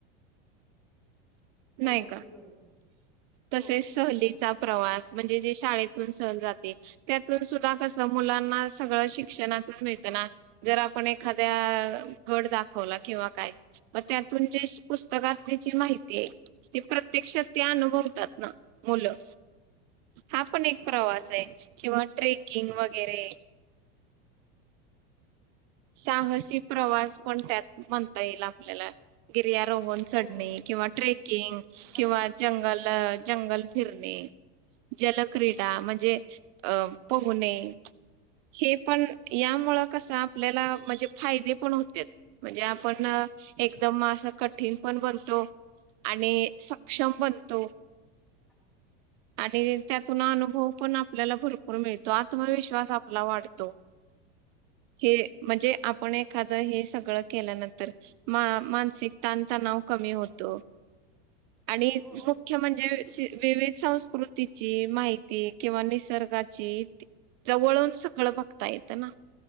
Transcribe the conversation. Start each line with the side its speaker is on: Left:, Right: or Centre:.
Centre: हो
Right: नाही
Centre: अगदी
Right: का?
Centre: बरोबर हो
Right: तसेच सहलीचा प्रवास म्हणजे जे शाळेतून सहल जाते त्यातून सुद्धा कसं मुलांना सगळं शिक्षणा <inaudible> मिळतं ना जर आपण एखाद्या गड दाखवला किंवा काय म त्यातून जे पुस्तकात ज्याची माहिती ते ते प्रत्यक्षात ते अनुभवतात ना मुलं. हा पण एक प्रवास
Centre: हो
Right: आहे किंवा ट्रेकिंग वगैरे. साहसी प्रवास पण त्यात म्हणता येईल आपल्याला गी र्यारोहण चढणे
Centre: हो अगदी बरोबर
Right: किंवा ट्रेकिंग
Centre: हा
Right: किंवा जंगल जंगल फिरणे जलक्रीडा म्हणजे अ पोहणे. हे पण यामुळं कसं आपल्याला म्हणजे फायदे पण होत्यात म्हणजे आपण एकदम असं कठीण पण बनतो आणि सक्षम बनतो.
Centre: <inaudible>
Right: आणि त्यातून अनुभव पण आपल्याला भरपूर मिळतो आत्मविश्वास आपला वाढतो.
Centre: <inaudible>
Right: हे म्हणजे आपण एखादं हे सगळं केल्यानंतर मा मानसिक ताणतणाव कमी होतो, आणि
Centre: हो
Right: मुख्य म्हणजे विवि संस्कृ ची माहिती किंवा निसर्गाची इ जवळून सगळं बघता येतं ना,